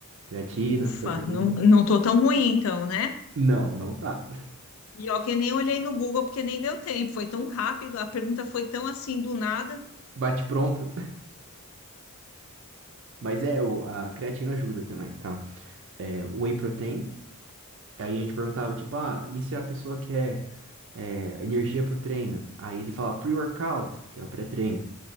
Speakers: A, on the right; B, on the left.
A: Creatina,
B: Ufa,
A: proteína.
B: não, não tô tão ruim então, né?
A: Não, não tá.
B: E ó, que eu nem olhei no Google porque nem deu tempo. Foi tão rápido, a pergunta foi tão assim do nada.
A: Bate pronto. Mas é, o- a creatina ajuda também, tá? É, o whey protein, aí a gente perguntava, tipo, ah, e se a pessoa quer é, energia pro treino? Aí ele falava pre-workout, que é o pré-treino.